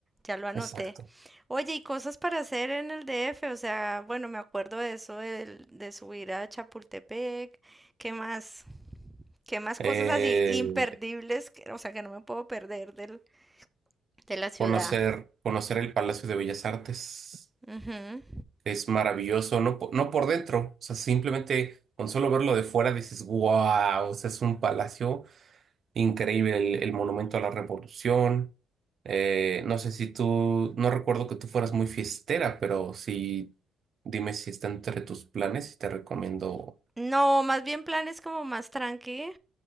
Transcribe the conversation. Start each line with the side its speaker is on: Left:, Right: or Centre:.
Centre: Ya lo anoté.
Right: Exacto.
Centre: Oye, y cosas para hacer en el D F o sea, bueno, me acuerdo de eso del- de, subir a Chapultepec. ¿Qué más? ¿Qué más
Right: Eh,
Centre: cosas así imperdibles? que- o sea, que no me puedo perder del, de la ciudad.
Right: conocer, conocer el Palacio de Bellas Artes.
Centre: Ujú.
Right: Es maravilloso, no, po- no por dentro, o sea, simplemente con solo verlo de fuera dices, wow, o sea, es un palacio increíble, el, el monumento a la Revolución. Eh, no sé si tú, no recuerdo que tú fueras muy fiestera, pero sí, dime si está entre tus planes y te recomiendo.
Centre: No, más bien planes como más tranqui.